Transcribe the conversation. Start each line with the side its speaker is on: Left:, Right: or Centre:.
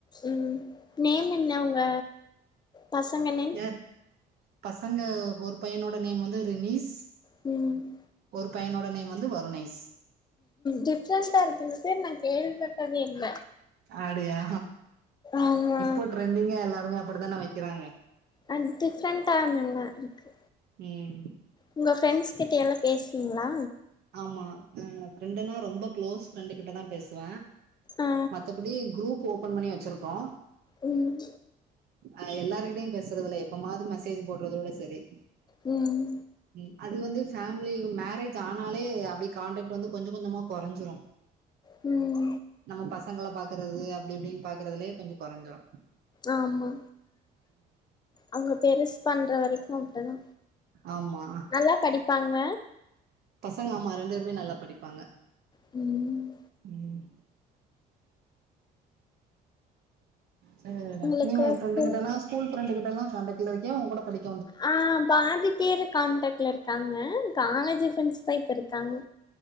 Left: ம் நேம் என்ன உங்க பசங்க நேம்
Right: யார் பசங்க ஒரு பையனோட நேம் வந்து ரினீஸ்
Left: ம்
Right: ஒரு பையனோட நேம் வந்து வருணேஸ்
Left: டிஃப்ரெண்டா இருக்கு இந்த பேர் நா கேள்விப்பட்டதே இல்ல
Right: அப்டியா
Left: ஆமா
Right: இப்போ ட்ரெண்டிங்கா எல்லாருமே அப்டித்தான வைக்கிறாங்க
Left: அது டிஃப்ரெண்ட்டா தான இருக்கு
Right: ம்
Left: உங்க ஃப்ரெண்ட்ஸ் கிட்ட எல்லா பேசுவீங்களா
Right: ஆமா ஆ ஃப்ரெண்டுனா ரொம்ப க்ளோஸ் ஃப்ரெண்டு கிட்ட தா பேசுவ
Left: ஆ
Right: மத்தபடி குரூப் ஓபன் பண்ணி வச்சிருக்கோ
Left: ம்
Right: அ எல்லாருகிட்டயு பேசுறதுல்ல எப்பமாது மெசேஜ் போட்றதோட செரி
Left: ம்
Right: ம் அது வந்து ஃபேமிலி மேரேஜ் ஆ னாலே அப்டியே கான்ட்ராக்ட் வந்து கொஞ்ச கொஞ்சமா கொறைஞ்சிடு
Left: ம்
Right: நம்ம பசங்கள பாக்குறது அப்டி இப்டின்னு பாக்குறதுலயே கொஞ்ச கொறைஞ்சுரு
Left: ஆமா அவ்ங்க பெருசு பண்ற வரைக் கு அப்டிதா
Right: ஆமா
Left: நல்லா படிப்பாங்க
Right: பசங்க ஆமா ரெண்டு பேர்மே நல்லா படிப்பாங்க
Left: ம்
Right: ம் செரிடா
Left: உங்களுக்கு
Right: நீ உங்க ஃப்ரெண்டு
Left: பு
Right: கிட்டல்லா ஸ்கூல் ஃப்ரெண்டு கிட்டல்லா காண்டாக்ட்ல இருக்கியா ஒங்கூட படிக்
Left: ஆ பாதி பேரு கான்டக்ட்ல இருக்காங்க காலேஜ்ஜி ஃப்ரெண்ட்ஸ்ஸு தா இப்ப இருக்காங்க